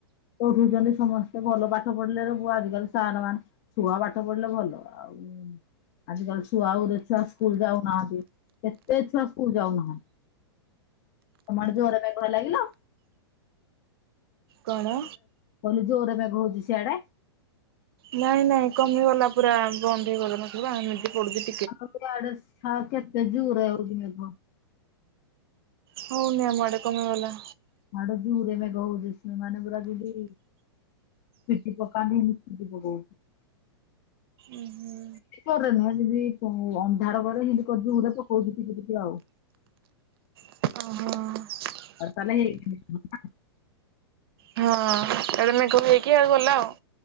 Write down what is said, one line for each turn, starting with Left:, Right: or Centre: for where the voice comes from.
Left: ପଢୁଚନ୍ତି ସମସ୍ତେ ଭଲ ପାଠ ପଢିଲେରେ ପୁଅ ଆଜିକାଲି ସାର ମାନେ ଛୁଆ ପାଠ ପଢିଲେ ଭଲ ଆଉ ଆଜିକାଲି ଛୁଆ ଗୁରେ ଛୁଆ ସ୍କୁଲ ଯାଉନାହାନ୍ତି କେତେ ଛୁଆ ସ୍କୁଲ ଯାଉନାହାନ୍ତି। ତମ ଆଡେ ଜୋରରେ ମେଘ ହେଲା ଗିଲ।
Right: କଣ?
Left: କହିଲ ଜୋରରେ ମେଘହଉଜି ସିଆଡେ।
Right: ନାଇଁ ନାଇଁ କମିଗଲା ପୁରା ବନ୍ଦ ହେଇଗଲା ନ ସବୁ ଆମେ ଏମିତି ପଡୁଚି?
Left: ଆଉ ଇଆଡ଼େ ସା କେତେ ଜୋରରେ ହଉଜି ମେଘ।
Right: ହଉନିି ଆମ ଆଡେ କମି ଗଲା।
Left: ମାଡ଼େ ଜୋର ରେ ମେଘ ହଉଜି ମନେ ପୁରା ଜିନ୍ଦି। ଛେଚି ପକାନି ହିନ୍ଦି ପକଉଚି।
Right: ଉଁ ହୁଁ।
Left: ଜୁର ରେ ନୁହେଁ ଯିନ୍ଦି ଅନ୍ଧାର କରେ ସିନ୍ଦି କରିଯି ଉଁହିଲେ ପକଉଜି ଝିପି ଝିପି ଆଉ
Right: ଓହୋ।
Left: <inaudible>
Right: ହଁ ଏବେ ମେଘ ହେଇକି ଆଡୁ ଗଲା ଆଉ।